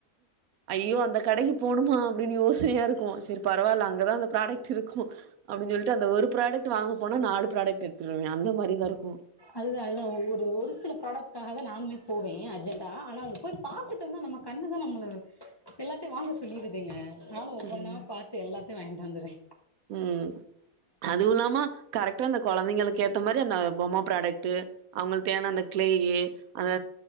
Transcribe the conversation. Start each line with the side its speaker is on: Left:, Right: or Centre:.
Right: ஐயோ அந்த கடைக்கி போணுமா அப்டின்னு யோசயா இருக்கு செரி பரவால்ல அங்கதா அந்த ப்ராடக்ட் இருக்கு அப்டின்னு சொல்லிட்டு அந்த ஒரு ப்ராடக்ட் வாங்க போனா நாலு ப்ராடக்ட் எடுத்துடுவே அந்த மாரிதா இருக்கு
Left: அதுதா அதுதா ஒரு ஒரு சில ப்ராடக்டாக தா நானுமே போவே அர்ஜெண்டா ஆனா அங்க போய் பாத்துட்டோம்னா நம்ம கண்ணுதா நம்பள எல்லாத்தையு வாங்க சொல்லிருதேங்க நானு ஒவ்வொன்னா
Right: ம்
Left: பாத்து எல்லாத்தையு வாங்கிட்டு வந்துறே
Right: ம் அதுவு இல்லாம கரெக்டா அந்த கொழந்தைங்களுக்கு ஏத்த மாரி அந்த பொம்ம ப்ராடக்ட்டு அவுங்களுக்கு தேவையான அந்த கிளேயி அந்த